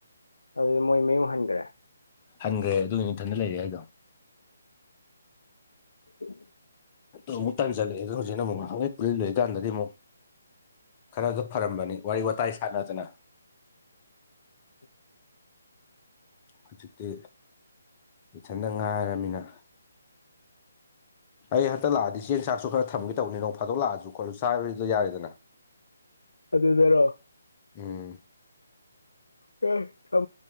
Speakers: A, on the left; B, on the left.
A: ꯑꯗꯨꯗꯤ ꯃꯣꯏ ꯃꯌꯨꯝ ꯍꯟꯈ꯭ꯔꯦ
B: ꯍꯟꯈ꯭ꯔꯦ ꯑꯗꯨꯒꯤ ꯏꯊꯟꯗ ꯂꯩꯔꯦ ꯍꯥꯏꯗꯣ
A: <unintelligible>
B: ꯑꯣ ꯑꯃꯨꯛ ꯇꯥꯟ ꯆꯠꯂꯑꯦ ꯍꯧꯖꯤꯅ ꯑꯃꯨꯛ ꯍꯥꯟꯛ ꯄꯨ ꯂꯣꯏ ꯏꯀꯥꯟꯗꯗꯤꯛ ꯈꯔ ꯑꯗꯨ ꯐꯔꯝꯕꯅꯤ ꯋꯥꯔꯤ ꯋꯥꯇꯥꯏ ꯁꯥꯟꯅꯗꯅ
A: <unintelligible>
B: ꯍꯧꯖꯤꯛꯇꯤ ꯏꯊꯟꯗ ꯉꯥꯏꯔꯕꯃꯤꯅ ꯑꯩ ꯍꯟꯛꯇ ꯂꯥꯛꯑꯗꯤ ꯆꯦꯡ ꯆꯥꯛꯁꯨ ꯈꯔ ꯊꯝꯒꯦ ꯇꯧꯕꯅꯤꯅꯦ ꯅꯣꯡ ꯐꯥꯗꯣꯛ ꯂꯥꯛꯑꯁꯨ ꯈꯣꯠꯂꯁꯨ ꯆꯥꯕꯔꯤꯗꯣ ꯌꯥꯔꯦꯗꯅ <unintelligible>
A: ꯑꯗꯨꯗꯔꯣ
B: ꯎꯝ
A: ꯊ ꯊ